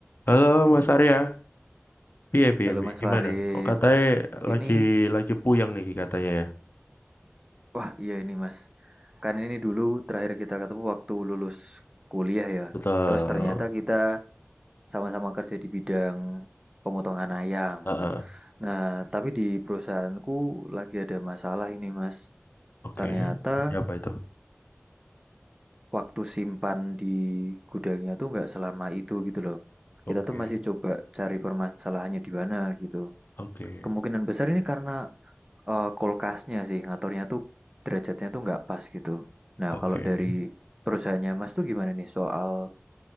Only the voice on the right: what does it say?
Halo
Mas
Farid,
ini
wah iya ini Mas, kan ini dulu terakhir kita ketemu waktu lulus kuliah ya.
Terus ternyata kita sama-sama kerja di bidang pemotongan ayam.
Nah, tapi di perusahaanku lagi ada masalah ini Mas.
Ternyata
waktu simpan di gudangnya tuh nggak selama itu gitu loh.
Kita tuh masih coba cari permasalahannya di mana gitu.
Kemungkinan besar ini karena eh, kulkasnya sih ngaturnya tuh derajatnya tuh nggak pas gitu. Nah,
kalau dari perusahaannya Mas tuh gimana nih soal